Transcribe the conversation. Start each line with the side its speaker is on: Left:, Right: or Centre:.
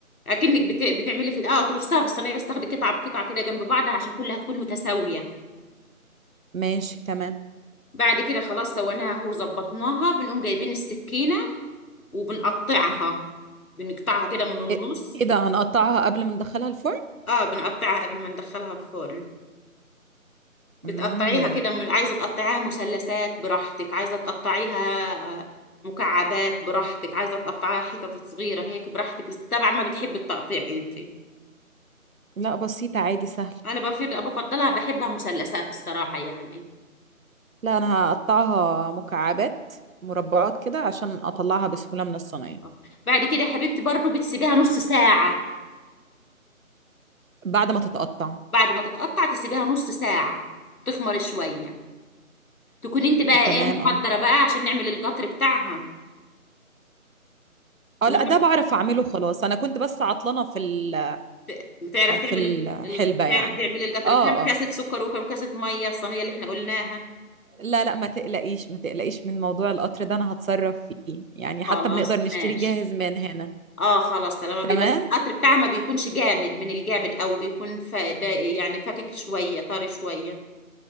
Left: اكنك بت... بتعملي في اه ترصها في الصينيه بس تاخدي قطعه بقطعه كده جنب بعضها عشان كلها تكون متساويه
Right: ماشي تمام
Left: بعد كده خلاص سويناها اهو ظبطناها بنقوم جايبين السكينه وبنقطعها بنقطعها كده من النص
Right: ايه إيه ده هنقطعها قبل ما ندخلها الفرن
Left: اه بنقطعها قبل ما ندخلها الفرن بتقطعيها
Right: امم
Left: كده من... عايزه تقطعيها مثلثات براحتك عايزه تقطعيها آه، مكعبات براحتك عايزه تقطعيها حتت صغيره هيك براحتك طبعا ما بتحبي التقطيع انت
Right: لا بسيطه عادي سهله
Left: انا بفضل بفضلها بحبها مثلثات الصراحه يعني
Right: لا انا هقطعها مكعبات مربعات كده عشان اطلعها بسهوله من الصينيه
Left: آه. بعد كده يا حبيبتي برضو بتسيبيها نص ساعة
Right: بعد ما تتقطع
Left: بعد ما تتقطع تسيبيها نص ساعة تخمر شوية تكون انت بقى
Right: تمام
Left: ايه محضرة
Right: اه
Left: بقى عشان نعمل القطر بتاعها
Right: اه
Left: نروح
Right: لا ده بعرف اعمله خلاص انا كنت بس عطلانه في ال
Left: ت- بتعرفي تعملي
Right: في الحلبة
Left: ال- بتعرفي
Right: يعني
Left: تعملي القطر
Right: اه
Left: كام كاسة
Right: اه
Left: سكر وكام كاسة مية الصينية اللي احنا قلناها
Right: لا لا ما تقلقيش ما تقلقيش من موضوع القطر ده انا هتصرف فيه يعني حتى
Left: خلاص
Right: بنقدر
Left: ماشي
Right: نشتري جاهز من هنا
Left: اه خلاص طالما
Right: تمام
Left: بي بس القطر بتاعها ما بيكونش جامد من الجامد او بيكون ف... ده يعني فاكك شوية طري شوية